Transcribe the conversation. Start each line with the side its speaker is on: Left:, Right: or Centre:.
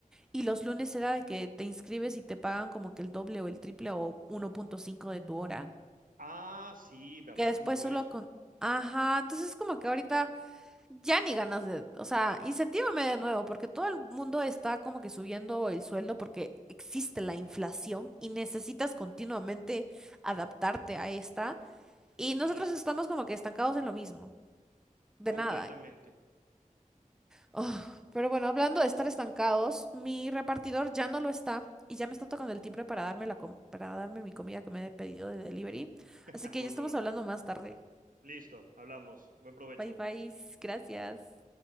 Centre: y los lunes era de que te inscribes y te pagan como que el doble o el triple o 1.5 de tu hora
Right: Ah, sí, ¿verdad
Centre: que después
Right: que hubo
Centre: solo
Right: eso?
Centre: con... Ajá, entonces como que ahorita ya ni ganas de... O sea, incentívame de nuevo, porque todo el mundo está como que subiendo el sueldo porque existe la inflación y necesitas continuamente adaptarte a esta. Y nosotros
Right: Ñe,
Centre: estamos como que estancados en lo mismo, de
Right: Completamente.
Centre: nada. Ugh, pero bueno, hablando de estar estancados, mi repartidor ya no lo está y ya me está tocando el timbre para darme la com- para darme mi comida que me he pedido de delivery.
Right: <laughs>
Centre: Así que
Right: Buen
Centre: ya estamos
Right: provecho.
Centre: hablando más tarde.
Right: Listo, hablamos. Buen provecho.
Centre: Bye bye, gracias.